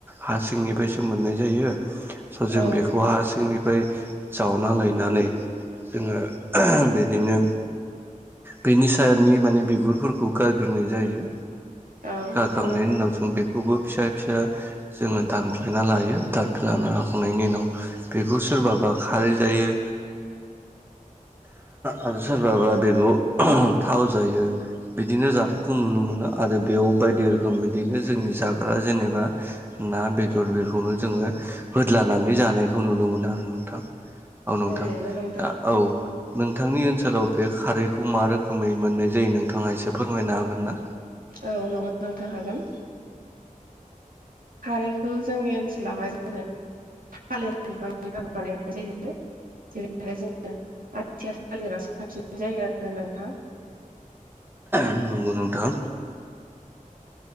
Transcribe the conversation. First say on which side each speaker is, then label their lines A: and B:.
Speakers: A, on the right; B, on the right.
A: हा सिंनिफ्रायसो मोननाय जायो स' जों
B: औ
A: बेखौ हार सिंनिफ्राय जावना लायनानै जोङो बिदिनो बेनि सायनि माने बिगुरफोरखौ गारग्रोनाय जायो
B: औ
A: गाखांनायनि
B: नंगौ नोंथां
A: उनाव जों बेखौबो फिसा फिसा जोङो दानफ्लेना लायो दानफ्लायना लखांनायनि उनाव बेखौ सोरबाबो खारै जायो
B: <inaudible>
A: आरो सोरबाबा बेदर थाव जायो बिदिनो जानायखौ नुनो मोना आरो बेयाव बायदि रोखोम बिदिनो जोंनि जाग्रा जेनेबा ना बेदर बेफोरखौनो जोङो होल्दानानै जानायखौ नुनो मोनो आरो नोंथां औ नोंथां
B: नंगौ नोंथां
A: औ नोंथांनि ओनसोलाव बे खारैखौ मा रोखोमै मोननाय जायो नोंथाङा एसे फोरमायनो हागोन ना
B: औ नंगौ नांथों हागोन खारैखौ जोंनि ओनसोलावहाय जोङो थालिर बिफांनि <unintelligible> जेरैहाय जोङो आथिया थालिर साबसिन जायो आरो ना नोंथां
A: नंगौ नोंथां